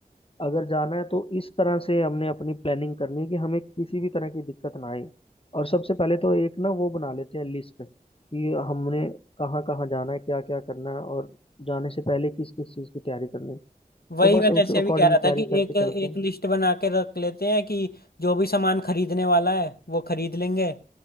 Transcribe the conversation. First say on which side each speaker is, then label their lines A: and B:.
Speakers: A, on the left; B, on the left.
A: अगर जाना है तो इस तरह से हमने अपनी प्लानिंग करनी है कि हमें किसी भी तरह की दिक्कत ना आए और सबसे पहले तो एक ना वो बना लेते हैं लिस्ट कि हमने कहाँ कहाँ जाना है क्या क्या करना है और जाने से पहले किस किस चीज़ की तैयारी करनी है
B: वही
A: तो बस
B: मैं
A: उस
B: तैसे भी
A: अकॉर्डिंग
B: कह रहा
A: तैयारी
B: था कि
A: करके
B: एक
A: चलते
B: एक
A: हैं
B: लिस्ट बना के रख लेते हैं कि जो भी सामान खरीदने वाला है वो खरीद लेंगे